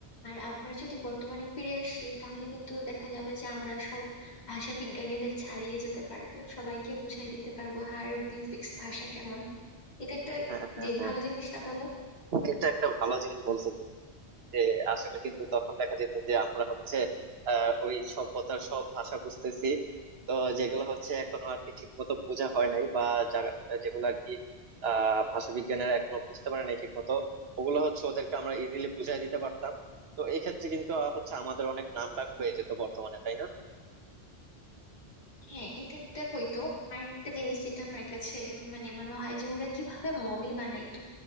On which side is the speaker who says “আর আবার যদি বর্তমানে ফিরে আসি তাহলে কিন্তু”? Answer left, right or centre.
Left